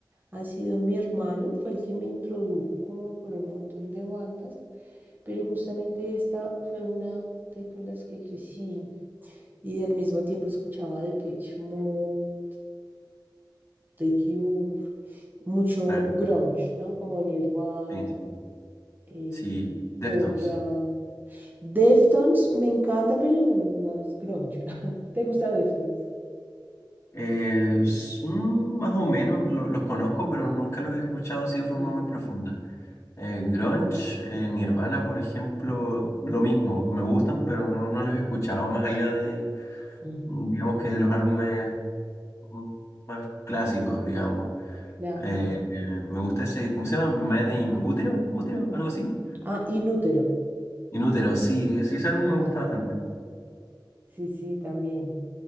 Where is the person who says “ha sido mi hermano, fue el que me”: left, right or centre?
Right